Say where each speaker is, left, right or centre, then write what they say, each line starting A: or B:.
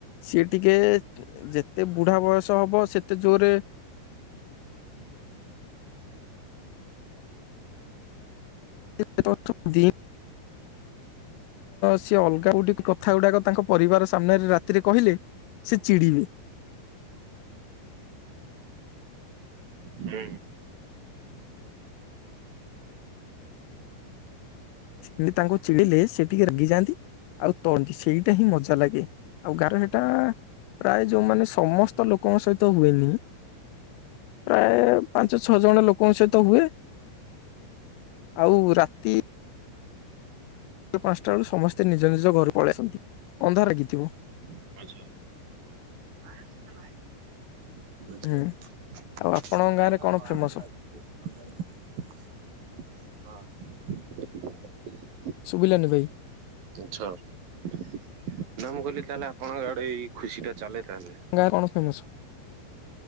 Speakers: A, on the left; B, on the right.
A: ସିଏ ଟିକେ ଯେତେ ବୁଢା ବୟସ ହବ ସେତେ ଜୋରେ <unintelligible> ସିଏ ଅଲଗା ଗୁଡ଼େ କଥା ଗୁଡାକ ତାଙ୍କ ପରିବାର ସାମ୍ନାରେ ରାତିରେ କହିଲେ ସେ ଚିଡିବେ।
B: ହୁଁ।
A: ସେମତି ତାଙ୍କୁ ଚିଡ଼ିଲେ ସେ ଟିକେ ରାଗି ଯାଆନ୍ତି ଆଉ <unintelligible> ସେଇଟା ହିଁ ମଜା ଲାଗେ ଆଉ ଗାର ସେଟା ପ୍ରାୟ ଯୋଉମାନେ ସମସ୍ତ ଲୋକଙ୍କ ସହିତ ହୁଏନି ପ୍ରାୟ ପାଞ୍ଚ ଛଅ ଜଣ ଲୋକଙ୍କ ସହିତ ହୁଏ ଆଉ ରାତି ପାନ୍ ସ୍ ଟା ବେଳୁ ସମସ୍ତେ ନିଜ ନିଜ ଘରୁ ପଳେଇଆସନ୍ତି ଅନ୍ଧାର ଲାଗିଥିବ।
B: ଆଛା <unintelligible> ଆଛା
A: ହୁଁ
B: <unintelligible>
A: ଆଉ ଆପଣଙ୍କ ଗାଁରେ କଣ ଫେମସ?
B: ହଁ ହ <inaudible>
A: ସୁବିିଲାନି ଭାଇ
B: ଛ ନା ମୁଁ କଇଲି ତାହେଲେ ଆପଣଙ୍କ ଆଡେ ଏଇ ଖୁସି ଟା ଚାଲେ। ତାହେଲେ
A: ଗାଁ କଣ ଫେମସ